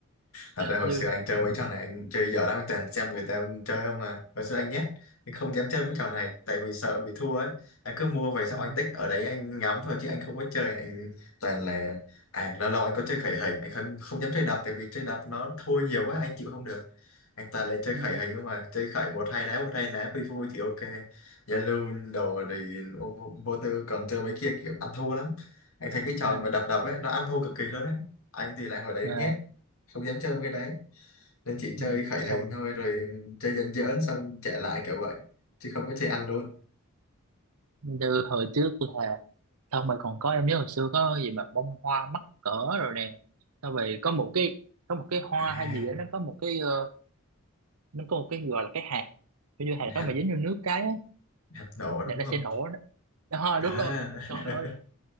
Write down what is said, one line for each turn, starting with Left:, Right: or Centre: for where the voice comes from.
Left: Thật ra hồi
Right: nhưng
Left: xưa anh chơi mấy trò này anh chơi dở lắm toàn xem người ta chơi không à hồi xưa anh nhét anh không dám chơi mấy trò này tại vì sợ bị thua ấy anh cứ mua về xong
Right: ừ.
Left: anh tích ở đấy anh ngắm thôi chứ anh không có chơi anh toàn là à lâu lâu anh có chơi khởi hình anh không không dám chơi đập tại vì chơi đập nó thua nhiều quá anh chịu không được anh toàn là chơi
Right: Ừ,
Left: khởi hình không à chơi khởi một hai lá một hai lá vui vui thì ok Zalo đồ thì vô, vô vô tư còn chơi mấy kia kiểu ăn thua lắm anh thấy cái trò
Right: nha
Left: mà đập đập ấy nó ăn thua cực kỳ luôn đấy anh thì lại hồi đấy
Right: mà
Left: nhét không dám chơi mấy cái đấy nên chỉ chơi
Right: ừ,
Left: khởi
Right: sau
Left: hình thôi rồi chơi dần dần xong chạy lại kiểu vậy chứ không có chơi ăn luôn
Right: như hồi trước là xong rồi còn có em nhớ hồi xưa có gì mà bông hoa mắc cỡ rồi nè xong rồi có một cái có một cái hoa
Left: à
Right: hay gì đó nó có một cái ờ, nó có một cái gọi là cái hạt Kiểu như hạt
Left: hạt
Right: đó mà dính vô nước cái á
Left: hạt nổ đúng
Right: là nó sẽ
Left: không
Right: nổ đó đó
Left: à
Right: đúng rồi trời ơi